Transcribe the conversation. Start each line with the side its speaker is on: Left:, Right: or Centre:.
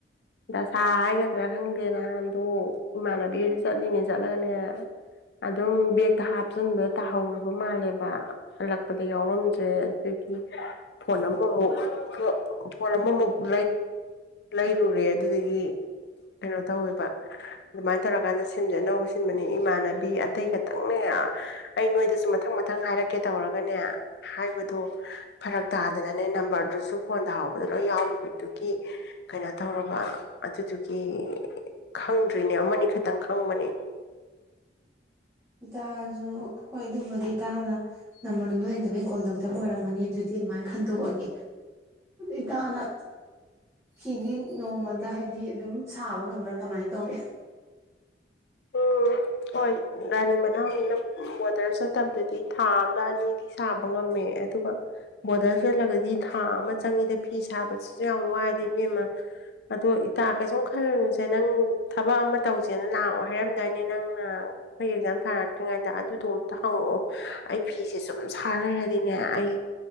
Left: ꯗꯁꯥ ꯍꯥꯏꯒꯗ꯭ꯔꯥ ꯈꯪꯗꯦ ꯅꯍꯥꯟꯗꯣ ꯏꯃꯥꯟꯅꯕꯤꯗ ꯆꯠꯂꯤꯉꯩ ꯆꯠꯂꯒꯅꯦ ꯑꯗꯨꯝ ꯕꯦꯛꯇ ꯍꯥꯞꯆꯤꯟꯕ ꯇꯥꯍꯧꯔꯕ ꯃꯥꯜꯂꯦꯕ ꯍꯜꯂꯛꯄꯗꯤ ꯌꯥꯎꯔꯝꯗ꯭ꯔꯦ ꯑꯗꯨꯗꯒꯤ ꯐꯣꯟ ꯑꯃꯃꯨꯛ ꯐꯣꯟ ꯑꯃꯃꯨꯛ ꯎ ꯂꯩꯔꯨꯔꯦ ꯑꯗꯨꯗꯒꯤ ꯀꯩꯅꯣ ꯇꯧꯋꯦꯕ ꯑꯗꯨꯃꯥꯏꯅ ꯇꯧꯔꯀꯥꯟꯗ ꯁꯤꯝꯁꯦ ꯑꯅꯧꯕ ꯁꯤꯟꯕꯅꯦ ꯏꯃꯥꯟꯅꯕꯤ ꯑꯇꯩ ꯈꯛꯇꯪꯅꯦ ꯑꯩ ꯅꯣꯏꯗꯁꯨ ꯃꯊꯪ ꯃꯊꯪ ꯍꯥꯏꯔꯛꯀꯦ ꯇꯧꯔꯒꯅꯦ ꯑ ꯍꯥꯏꯕꯗꯣ ꯐꯔꯛ ꯇꯥꯗꯅꯅꯦ ꯅꯝꯕꯔꯗꯨꯁꯨ ꯐꯣꯟ ꯇꯥꯍꯧꯕꯗ ꯂꯣꯏ ꯌꯥꯎꯔꯤꯕꯗꯨꯒꯤ ꯀꯩꯅꯣ ꯇꯧꯔꯕ ꯑꯗꯨꯗꯨꯒꯤ ꯈꯪꯗ꯭ꯔꯤꯅꯦ ꯑꯃꯅꯤ ꯈꯛꯇꯪ ꯈꯪꯕꯅꯦ
Right: ꯏꯇꯥꯖꯨ ꯍꯣꯏ ꯑꯗꯨꯕꯨꯗꯤ ꯏꯇꯥꯅ ꯅꯝꯕꯔꯗꯨꯅꯨꯡꯗꯣ ꯂꯩꯇꯕꯩ ꯀꯣꯜ ꯇꯧꯗꯕ ꯑꯣꯏꯔꯝꯃꯅꯤ ꯑꯗꯨꯗꯤ ꯑꯗꯨꯃꯥꯏꯅ ꯈꯟꯗꯣꯛꯑꯒꯦ ꯏꯇꯥꯅ ꯐꯤꯗꯤ ꯅꯣꯡꯃꯗ ꯍꯥꯏꯗꯤ ꯑꯗꯨꯝ ꯁꯥꯕ ꯉꯝꯕ꯭ꯔꯥ ꯀꯃꯥꯏꯅ ꯇꯧꯏ
Left: ꯎꯝ ꯍꯣꯏ ꯔꯥꯅꯤ <unintelligible> <unintelligible> ꯊꯥ ꯑꯝꯗ ꯑꯅꯤꯗꯤ ꯁꯥꯕ ꯉꯝꯃꯦ ꯑꯗꯨꯒ ꯕꯣꯔꯗꯔ ꯆꯜꯂꯒꯗꯤ ꯊꯥ ꯑꯃ ꯆꯪꯉꯤꯗ ꯐꯤ ꯁꯥꯕꯁꯤꯁꯨ ꯌꯥꯝ ꯋꯥꯏꯗꯦ ꯏꯕꯦꯝꯃ ꯑꯗꯣ ꯏꯇꯥꯥ ꯀꯩꯁꯨꯝ ꯈꯜꯂꯨꯅꯨꯁꯦ ꯅꯪ ꯊꯕꯛ ꯑꯃ ꯇꯧꯁꯦꯅ ꯅꯍꯥꯋꯥꯏ <unintelligible> ꯗꯥꯏꯅꯦ ꯅꯪꯅ ꯑꯦꯛꯖꯝ <unintelligible> <unintelligible> ꯉꯩꯗ ꯑꯗꯨꯗꯣ ꯑꯝꯇ ꯍꯪꯉꯛꯑꯣ ꯑꯩ ꯐꯤꯁꯦ ꯁꯨꯝ ꯁꯥꯔ ꯂꯩꯔꯗꯤꯅꯦ ꯑꯩ